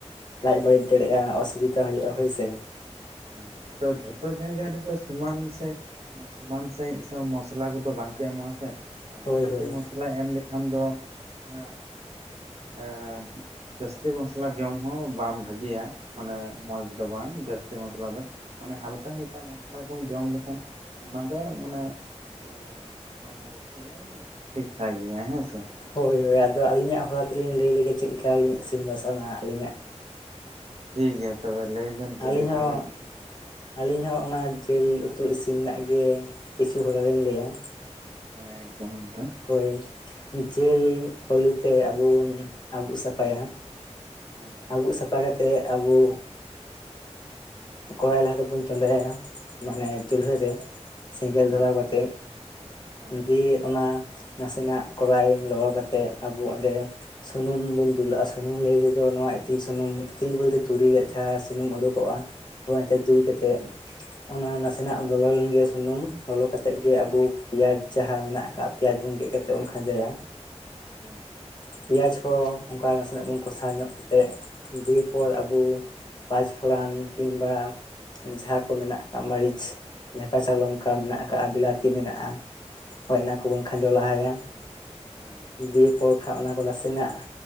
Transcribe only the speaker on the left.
ᱞᱟᱡ
ᱵᱟᱹᱲᱤᱡ ᱫᱟᱲᱮᱭᱟᱜᱼᱟ᱾ ᱚᱥᱩᱵᱤᱫᱷᱟ ᱦᱳᱭᱳᱜᱼᱟ, ᱦᱳᱭ ᱥᱮ᱾
ᱦᱳᱭ
ᱦᱳᱭ
ᱦᱳᱭ ᱦᱳᱭ, ᱟᱫᱚ ᱟᱹᱞᱤ ᱧᱟᱜ ᱦᱚᱨᱟ ᱛᱮᱞᱤᱧ ᱞᱟᱹᱭ ᱞᱮ ᱜᱮ ᱪᱮᱫ ᱞᱮᱠᱟ ᱞᱤᱧ ᱤᱥᱤᱱ ᱵᱟᱥᱟᱝᱼᱟ? ᱟᱹᱞᱤᱧ ᱟᱜ
ᱟᱹᱞᱤᱧ
ᱦᱚᱸ
ᱟᱹᱞᱤᱧ ᱦᱚᱸ ᱚᱱᱟ ᱡᱮᱞ ᱩᱛᱩ ᱤᱥᱤᱱ ᱨᱮᱱᱟᱜ ᱜᱮ ᱠᱤᱪᱷᱩ ᱦᱚᱨᱟ ᱞᱤᱧ ᱞᱟᱹᱭᱼᱟ᱾
ᱦᱳᱭ ᱡᱮᱞ ᱯᱳᱭᱞᱳ ᱛᱮ ᱟᱵᱩᱱ ᱟᱵᱩᱜ ᱥᱟᱯᱷᱟᱭᱼᱟ᱾
ᱟᱵᱩᱜ ᱥᱟᱯᱷᱟ ᱠᱟᱛᱮᱜ ᱟᱵᱚ ᱠᱚᱸᱲᱟᱭ ᱞᱟᱦᱟ ᱛᱮᱵᱚᱱ ᱪᱚᱸᱫᱟᱭᱼᱟ᱾ ᱢᱟᱱᱮ ᱪᱩᱞᱦᱟᱹᱨ ᱨᱮ ᱥᱮᱸᱜᱮᱞ
ᱫᱷᱚᱨᱟᱣ ᱠᱟᱛᱮᱫ
ᱫᱤᱭᱮ ᱚᱱᱟ ᱱᱟᱥᱮ ᱱᱟᱸᱜ ᱠᱚᱸᱲᱟᱭ ᱞᱚᱞᱚ ᱠᱟᱛᱮᱜ ᱟᱵᱚ ᱚᱸᱰᱮ ᱥᱩᱱᱩᱢ ᱵᱚᱱ ᱫᱩᱞᱟᱜᱼᱟ, ᱥᱩᱱᱩᱢ ᱞᱟᱹᱭ ᱱᱚᱣᱟ ᱤᱛᱤᱞ ᱥᱩᱱᱩᱢ ᱤᱛᱤᱞ ᱵᱚᱞ ᱛᱮ ᱛᱩᱲᱤ ᱨᱮᱭᱟᱜ ᱡᱟᱦᱟ ᱥᱩᱱᱩᱢ ᱩᱰᱩᱠ ᱚᱜᱼᱟ᱾ ᱦᱳᱭ ᱫᱩᱞ
ᱠᱟᱛᱮᱜ ᱚᱱᱟ
ᱱᱟᱥᱮ ᱱᱟᱜ ᱞᱚᱞᱚ ᱞᱮᱱ ᱜᱮ ᱥᱩᱱᱩᱢ ᱞᱚᱞᱚ ᱠᱟᱛᱮᱜ ᱟᱵᱩ ᱯᱮᱸᱭᱟᱡ ᱡᱟᱦᱟ ᱢᱮᱱᱟᱜ ᱟᱠᱟᱜᱼᱟ᱾ ᱯᱮᱸᱭᱟᱡ ᱵᱚᱱ ᱜᱮᱫ ᱠᱟᱛᱮᱫ ᱵᱚᱱ ᱠᱷᱟᱸᱡᱚᱭᱟ
ᱯᱮᱸᱭᱟᱡᱽ ᱦᱚᱸ ᱚᱱᱠᱟ ᱱᱟᱥᱮ ‌ᱱᱟᱸᱜ ᱵᱚᱱ ᱠᱚᱥᱟᱣ ᱧᱚᱜ ᱠᱟᱛᱮᱫ ᱫᱤᱭᱮ ᱯᱚᱨ ᱟᱵᱚ ᱯᱟᱸᱪ ᱯᱷᱚᱲᱟᱱ ᱠᱤᱝ ᱵᱟ ᱡᱟᱦᱟ ᱠᱚ ᱢᱮᱱᱟᱜ ᱟᱠᱟᱜᱼᱟ ᱢᱟᱹᱨᱤᱪ ᱡᱟᱦᱟ ᱠᱟᱪᱟ ᱞᱚᱝᱠᱟ ᱢᱮᱱᱟᱜ ᱟᱠᱟᱫ ᱵᱤᱞᱟᱹᱛᱤ ᱢᱮᱱᱟᱜᱼᱟ᱾ ᱦᱳᱭ ᱚᱱᱟ ᱠᱚ ᱵᱚᱱ ᱠᱷᱟᱸᱡᱚ ᱞᱟᱦᱟᱭᱼᱟ᱾
ᱫᱤᱭ ᱮ ᱯᱚᱨ <unintelligible> ᱚᱱᱟ ᱠᱚ ᱱᱟᱥᱮ ᱱᱟᱸᱜ